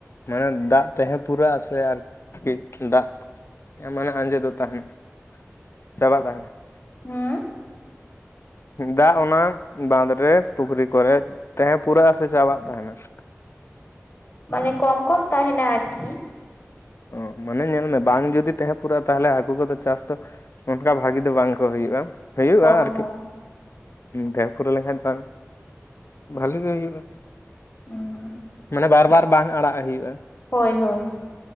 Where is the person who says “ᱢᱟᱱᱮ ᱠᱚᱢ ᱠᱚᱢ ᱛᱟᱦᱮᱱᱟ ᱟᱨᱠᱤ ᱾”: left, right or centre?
Left